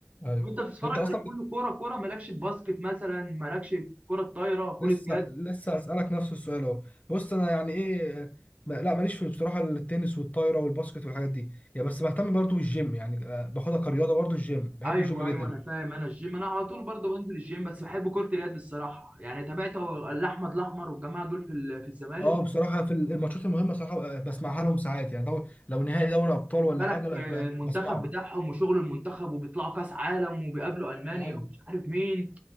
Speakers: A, on the left; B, on the right.
A: ايوه
B: طب انت بتتفرج
A: انت اصلا
B: على كل
A: بت-
B: كوره كوره مالكش في باسكت مثلا مالكش في كره طايره كره
A: لسه
B: يد
A: لسه اسالك نفس السؤال اهو بص انا يعني ايه ما- لا ماليش في بصراحه التنس والطايره والباسكت والحاجات دي يا بس بهتم برضو بالجيم يعني آه، باخدها كرياضه برضو الجيم بحب
B: ايوه
A: الجيم جدا
B: ايوه انا فاهم انا الجيم انا على طول برضه بنزل الجيم بس بحب كره اليد الصراحه يعني تابعت الاحمد الاحمر والجماعه دول في ال- في الزمالك
A: اه بصراحه في الماتشات المهمه صراحه آه، بسمعها لهم ساعات يعني دو... لو نهائي دوري ابطال
B: خد
A: ولا
B: بالك
A: حاجه لا
B: آه،
A: ب-
B: المنتخب
A: بسمعه
B: بتاعهم وشغل المنتخب وبيطلعوا كاس عالم وبيقابلوا المانيا
A: ايوه
B: ومش عارف مين